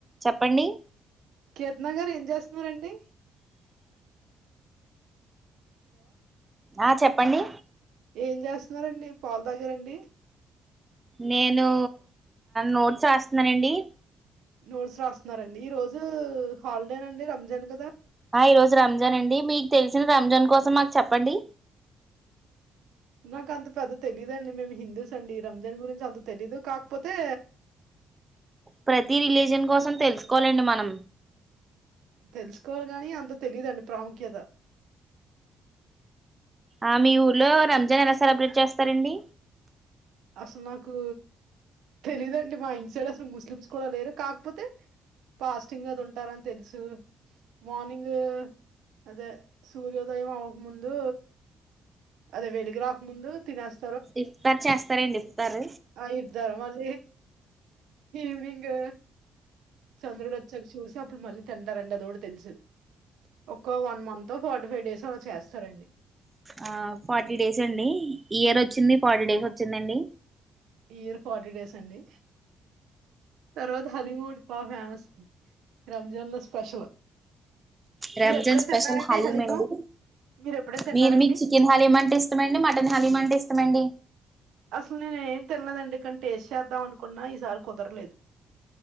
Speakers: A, on the right; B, on the right.
A: చెప్పండి
B: కేత్నగారు ఏం ఇంజస్ అండి
A: ఆ చెప్పండి
B: ఏం చేస్తున్నారండి పాలు దగ్గరండి
A: నేను నోట్స్ రాస్తున్నానండి
B: నోట్స్ రాస్తున్నండి ఈ రోజు హాలిడే నండి రంజాన్ కదా
A: ఆ ఈ రోజు రంజాన్ అండి మీకు తెలిసిన రంజాన్ కోసం మాకు చెప్పండి
B: నాకు అంత పెద్ద తెలీదుండి మేము హిందూస్ అండి రంజాన్ గురించి అంత తెలీదు కాకపోతే
A: ప్రతి రిలీజియన్ కోసం తెలుసుకోవాలండి మనం
B: తెలుసుకోవాలి గాని అంత తెలిదుండి ప్రాముఖ్యత
A: ఆ మీ ఊర్లో రంజాన్ ఎలా సెలబ్రేట్ చేస్తారండి
B: అసలు నాకు తెలియదండి మా ఇంటి సైడ్ అసలు ముస్లిమ్స్ కూడా లేరు కాకపోతే పాస్టింగ్ అది ఉంటారని తెలుసు మార్నింగ్ అదే సూర్యోదయం అవ్వక ముందు అదే వెలిగు రాక ముందు తినేస్త
A: ఇఫ్తార్ చేస్తారండి ఇఫ్తార్
B: ఆ ఇర్దార మళ ఈవనింగ్ చంద్రుడుచ్చకు చూసా అడు మళ్లీ తింటారు అది కూడా తెలుసు ఒక one month forty five days అలా చేస్తారండి
A: ఆ ఫార్టీ డేస్ అండి ఇయర్ వచ్చింది ఫార్టీ డేస్ వచ్చిందండి
B: ఇయర్ ఫార్టీ డేస్ అండి తర్వాత హలీమూడ్ పా ఫేమస్ రంజాన్ లో స్పెషల్
A: రంజాన్
B: మీరు ఎప్పుడైనా
A: స్పెషల్
B: తిన్నారండి
A: హలీం
B: హలీము
A: అండి
B: మీరు ఎప్పుడైనా తిన్నారండి
A: మీరు మీకు చికెన్ హలీం అంటే ఇష్టమండి మటన్ హలీమంటే ఇష్టమండి
B: అసలు నేనే ఏం తెలియదండి కనీ టేస్ చేద్దాం అనుకున్నా ఈసారి కుదరలేదు